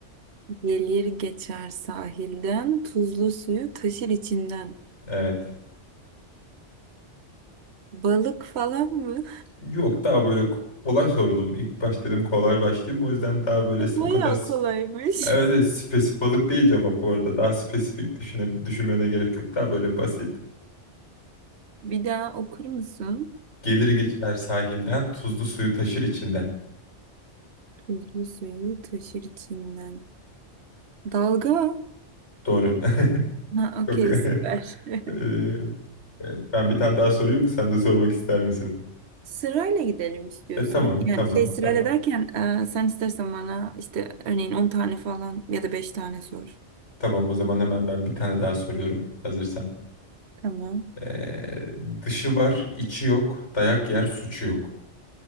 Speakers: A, on the right; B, on the left.
A: Gelir geçer sahilden, tuzlu suyu taşır içinden.
B: Evet.
A: Balık falan mı?
B: Yok daha böyle ko- kolay sordum. İlk baş dedim kolay başlayayım. O yüzden daha böyle
A: <laughs>
B: s- o
A: Bayağı
B: kadar sp-
A: kolaymış.
B: evet evet,
A: <laughs>
B: spesifik balık değil cevap bu arada. Daha spesifik düşüne, düşünmene gerek yok. Daha böyle basit.
A: Bir daha okur musun?
B: Gelir geçer sahilden, tuzlu suyu taşır içinden.
A: Tuzlu suyu taşır içinden. Dalga.
B: Doğru. <laughs>
A: Ha, okey,
B: Çok-
A: süper.
B: <laughs>
A: <laughs>
B: Ee, e, ben bir tane daha sorayım mı? Sen de sormak ister misin?
A: Sırayla gidelim istiyorsan.
B: E tamam,
A: Yani
B: tamam,
A: şey sırayla
B: tamam.
A: derken e, sen istersen bana işte örneğin 10 tane falan ya da beş tane sor.
B: Tamam o zaman hemen ben bir tane daha soruyorum. Hazırsan.
A: Tamam.
B: Ee, dışı var, içi yok. Dayak yer, suçu yok.